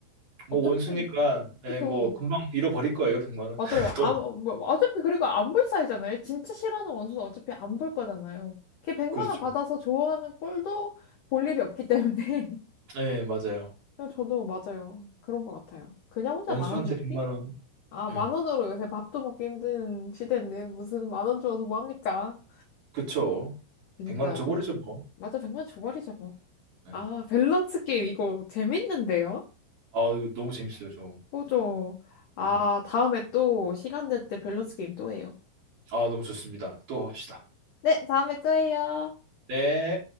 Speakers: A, on the right (about 45°); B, on the left (about 80°).
A: 뭐
B: 어차피
A: 원수니까 예,
B: 그죠.
A: 뭐 금방 잃어버릴 거예요, 100만 원.
B: 맞아요.
A: <laughs>
B: 아,
A: 또
B: 뭐, 어차피 그리고 안 볼 사이잖아요. 진짜 싫어하는 원수는 어차피 안 볼 거잖아요. 걔 100만
A: 그렇죠.
B: 원 받아서 좋아하는 꼴도 볼 일이 없기 때문에.
A: 예, 맞아요.
B: 네, 저도 맞아요. 그런 것 같아요. 그냥 혼자
A: 원수한테
B: 만 원 줍기?
A: 100만 원.
B: 아, 만
A: 예.
B: 원으로 요새 밥도 먹기 힘든 시대인데 무슨 만 원 주어서 뭐 합니까?
A: 그쵸.
B: 그니까요.
A: 100만 원 줘버리죠, 뭐.
B: 맞아, 백만 줘버리죠, 뭐.
A: 네.
B: 아, 밸런스 게임 이거 재밌는데요?
A: 아, 너무 재밌어요, 저.
B: 그죠 아,
A: 네.
B: 다음에 또 시간 될 때 밸런스 게임 또 해요.
A: 아, 너무 좋습니다. 또 합시다.
B: 네, 다음에 또 해요.
A: 네.